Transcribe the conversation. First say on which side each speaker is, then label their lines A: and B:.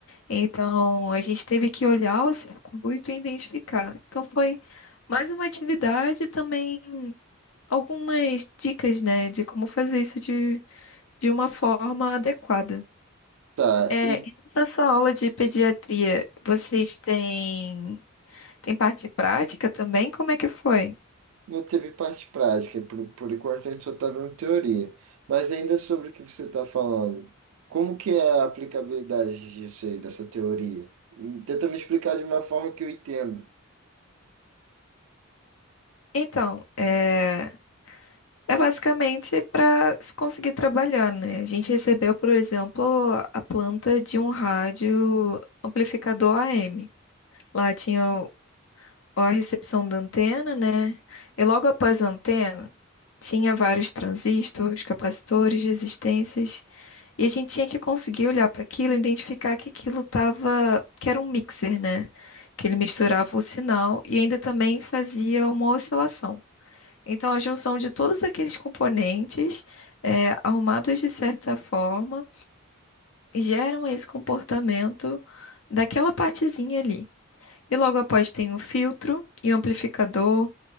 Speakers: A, on the left (about 70°); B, on the right (about 75°).
A: Então, a gente teve que olhar o circuito e identificar. Então, foi mais uma atividade, também algumas dicas, né, de como fazer isso de, de uma forma adequada.
B: Tá,
A: É,
B: e
A: e nessa sua aula de pediatria, vocês têm, têm parte prática também? Como é que foi?
B: Não teve parte prática, por, por enquanto a gente só está vendo teoria. Mas ainda sobre o que você está falando, como que é a aplicabilidade disso aí, dessa teoria? Hum, Tenta me explicar de uma forma que eu entenda.
A: Então, é, é basicamente para se conseguir trabalhar, né? A gente recebeu, por exemplo, a planta de um rádio amplificador AM. Lá tinha o- a recepção da antena, né? E logo após a antena, tinha vários transistores, capacitores, resistências. E a gente tinha que conseguir olhar para aquilo e identificar que aquilo tava, que era um mixer, né? Que ele misturava o sinal e ainda também fazia uma oscilação. Então, a junção de todos aqueles componentes, eh, arrumados de certa forma, geram esse comportamento daquela partezinha ali. E logo após tem o filtro e o amplificador,